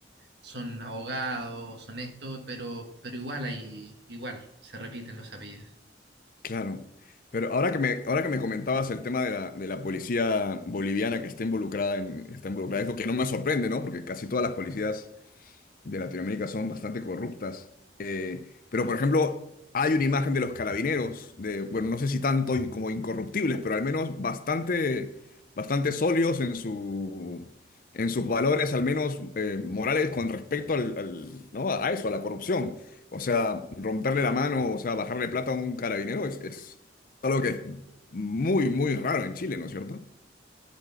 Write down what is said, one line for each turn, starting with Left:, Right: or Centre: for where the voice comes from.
Right: son abogados, son esto, pero, pero igual hay, igual, se repiten los apellidos.
Left: Claro. Pero ahora que me, ahora que me comentabas el tema de la, de la policía boliviana que está involucrada en, está involucrada en esto, que no me sorprende, ¿no? Porque casi todas las policías de Latinoamérica son bastante corruptas. Eh, pero, por ejemplo, hay una imagen de los carabineros, de, bueno, no sé si tanto in- como incorruptibles, pero al menos bastante, bastante sólidos en su, en sus valores, al menos eh, morales, con respecto al, al- ¿no? a eso, a la corrupción. O sea, romperle la mano, o sea, bajarle plata a un carabinero es, es algo que es muy, muy raro en Chile, ¿no es cierto?